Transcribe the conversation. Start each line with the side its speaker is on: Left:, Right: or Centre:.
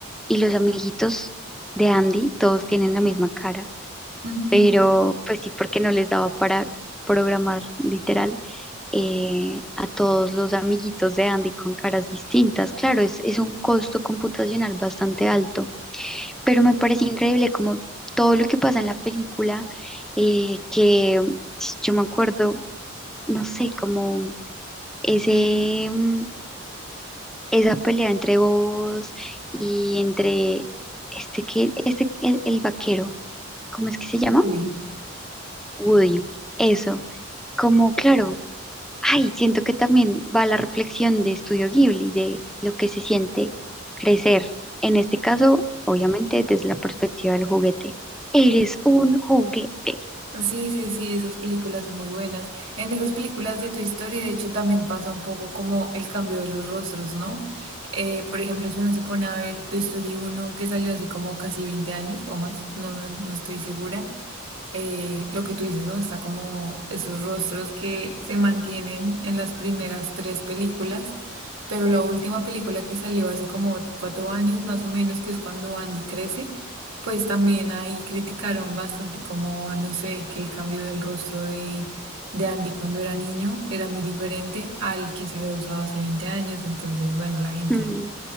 Centre: y los amiguitos de Andy, todos tienen la misma cara
Right: Ujú.
Centre: pero pues sí, porque no les daba para programar literal eh, a todos los amiguitos de Andy con caras distintas. Claro, es, es un costo computacional bastante alto, pero me parece increíble como todo lo que pasa en la película, eh, que yo me acuerdo, no sé, como ese, mm, esa pelea entre vos y entre este que, este, el el vaquero, ¿cómo es que se llama?
Right: Uy.
Centre: Woody. Eso. como claro, ay, siento que también va la reflexión de Estudio Ghibli, de lo que se siente crecer. En este caso, obviamente, desde la perspectiva del juguete. Eres un juguete.
Right: Sí, sí, sí, esas películas son muy buenas. En esas películas de Toy Story, de hecho, también pasa un poco como el cambio de los rostros, ¿no? Eh, por ejemplo, si uno se pone a ver Toy Story uno que salió hace como casi 20 años o más, no, no estoy segura, eh, lo que tú dices, ¿no? Está como esos rostros que se mantienen en las primeras tres películas, pero la última película que salió hace como cuatro años más o menos, que es cuando Andy crece, pues también ahí criticaron bastante como, no sé, que el cambio del rostro de, de Andy cuando era niño era muy diferente al que se había usado hace 20 años, entonces, bueno, la gente
Centre: Mm,